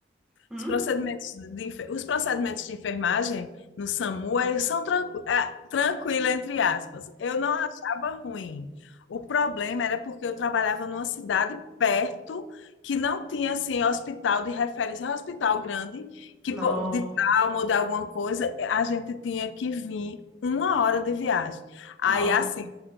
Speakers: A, in the centre; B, on the left.
A: Hum?
B: Os procedimentos de, enfe- os procedimentos de enfermagem no SAMU eles são tranqu, é, tranquilo, entre aspas. Eu não achava ruim. O problema era porque eu trabalhava numa cidade perto que não tinha assim hospital de referência, É um hospital grande, que
A: Nó,
B: po- de trauma ou de alguma coisa, a gente tinha que vir uma hora de viagem. Aí
A: nossa,
B: assim,